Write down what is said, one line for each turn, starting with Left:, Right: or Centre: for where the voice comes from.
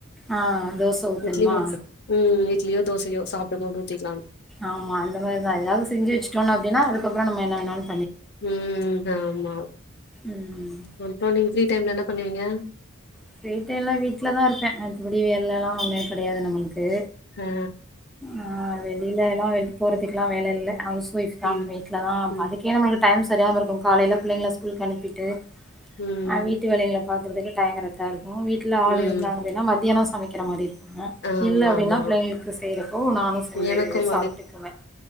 Centre: ஆ தோச ஊத்தன்மா
Left: இட்லி மட்டு ம் இட்லியோ தோசையோ சாப்டும்போது ஊத்திக்கலாம்னு
Centre: ஆமா அந்த மாதிதா ஏதாவ்து செஞ்சு வச்சுட்டோம் அப்டின்னா அதுக்கப்புறம் என்ன வேணாலும்
Left: ம் ஆமா
Centre: ம்
Left: மொத்தொ நீங்க ஃப்ரீ டைம்ல என்ன பண்ணுவீங்க
Centre: ஃப்ரீ டைம்ல்லாம் வீட்டுல தான் இருப்பேன் அடுத்தபடி வேல எல்லாம் ஒன்னுமே கிடையாது நம்மளுக்கு
Left: ஆ
Centre: ஆ வெளியில எல்லாம் வெ போறதுக்குல்லாம் வேல இல்ல ஹவுஸ் ஒய்ஃப் தா
Left: ம்
Centre: வீட்ல தா ப
Left: ம்
Centre: அதுக்கே நம்மளுக்கு டைம் சரியாம இருக்கும் காலையில பிள்ளைங்கள ஸ்கூல்க்கு அனுப்பிட்டு
Left: உம்
Centre: அ வீட்டு வேலைகள பாக்கறதுக்கு டைம் கரெக்டாக இருக்கும் வீட்டில் ஆள்
Left: ம்
Centre: இருந்தா அப்டின்னா மத்தியானம் சமைக்கிற மாரிக்கு ஆ
Left: ஆமா
Centre: இல்ல அப்படின்னா
Left: ஆமா
Centre: பிள்ளைங்களுக்கு செய்யறப்போ நானும் செஞ்சு
Left: எனக்கும்
Centre: சாப்ட்டுக்குவேன்